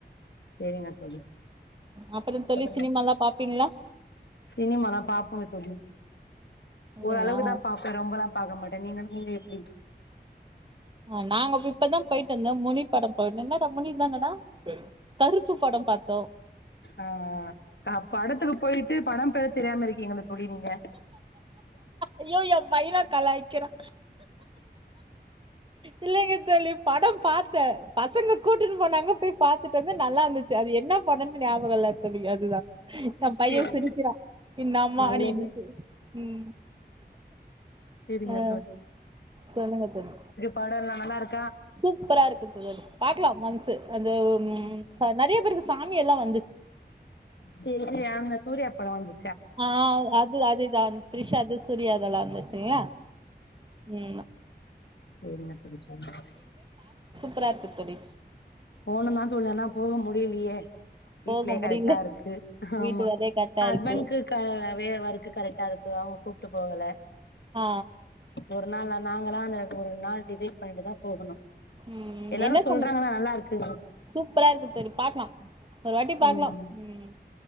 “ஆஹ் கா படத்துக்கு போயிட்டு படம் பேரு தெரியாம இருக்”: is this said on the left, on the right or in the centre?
Left